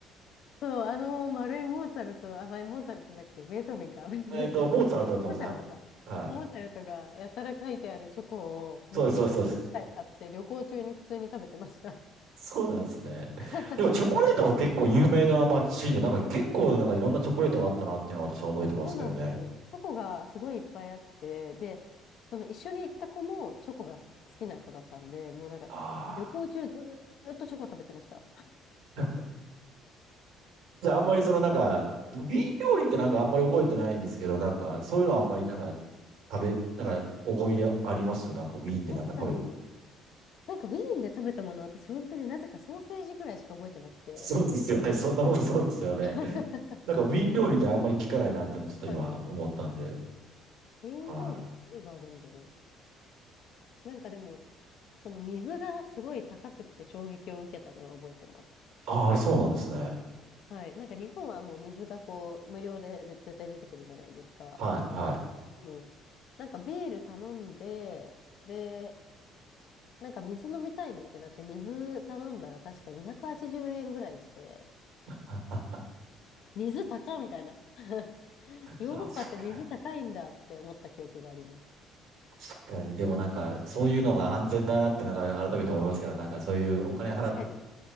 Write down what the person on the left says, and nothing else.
そう、あの丸いモーツァルト、あ、まあモーツァルトだっけベートーベンか。<laughs> ベートーベン
モーツァルトか。
モーツァルトがやたら書いてあるチョコをもう2袋くらい買って旅行中に普通に食べてました。
<laughs>
そうなんですよ。チョコがすごいいっぱいあって、で、その一緒に行った子もチョコが好きな子だったんで、もうなんか旅行中ずーっとチョコ食べてました。
確かに、なんかウィーンで食べたもの私本当になぜかソーセージぐらいしか覚えてなくて。
<laughs>
確かに。メイン料理って何があるんだろ
う。なんかでも、その水がすごい高くって衝撃を受けたのは覚えてます。
はい。なんか日本はもう水がこう、無料でで絶対出てくるじゃないですか。
もう、なんかビール頼んで、で、なんか水飲みたいねってなって、水頼んだら確か280円ぐらいして、
水高みたいな。<laughs> ヨーロッパって水高いんだって思った記憶があります。
確かに。